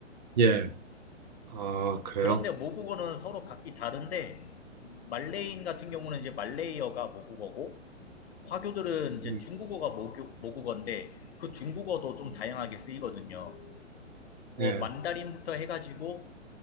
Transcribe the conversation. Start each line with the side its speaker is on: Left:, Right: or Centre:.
Right: 예. 아, 그래요?
Left: 그런데 모국어는 서로 각기 다른데, 말레이인 같은 경우는 이제 말레이어가 모국어고, 화교들은 이제
Right: 음,
Left: 중국어가 모교- 모국어인데, 그 중국어도 좀 다양하게 쓰이거든요. 뭐,
Right: 예.
Left: 만다린부터 해가지고,